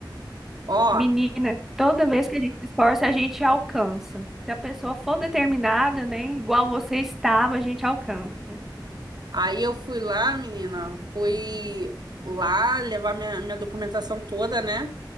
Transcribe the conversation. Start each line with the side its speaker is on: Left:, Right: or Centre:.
Right: Ó,
Centre: Menina, toda vez que a gente se esforça, a gente alcança. Se a pessoa for determinada, né? Igual você estava, a gente alcança.
Right: aí eu fui lá, menina, fui lá levar minha, minha documentação toda, né?